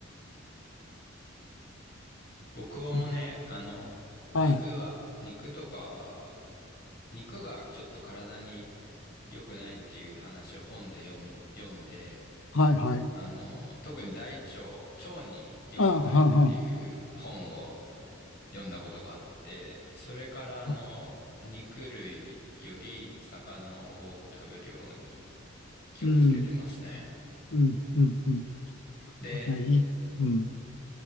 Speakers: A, on the left; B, on the left.
A: 僕もね、
B: うん、
A: あの、
B: はい、
A: 肉は、肉とか、肉がちょっと体に良くないっていう話を本で読み、読んで、
B: はい、はい。
A: あの、特に大腸、腸に良くないっていう本を
B: ああ、はんはん。
A: 読んだことがあって、それからあの、
B: あ
A: 肉類より魚を多く食べるように気をつけてますね。
B: うん、うん、うん、うん。
A: で、
B: ね、いい、うん、